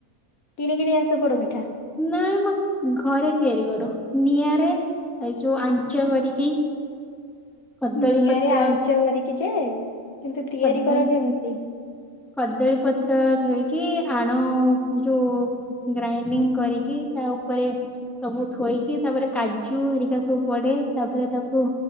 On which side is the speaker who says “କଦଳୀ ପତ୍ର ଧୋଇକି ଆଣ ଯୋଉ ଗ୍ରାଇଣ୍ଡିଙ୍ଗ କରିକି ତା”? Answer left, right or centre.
Centre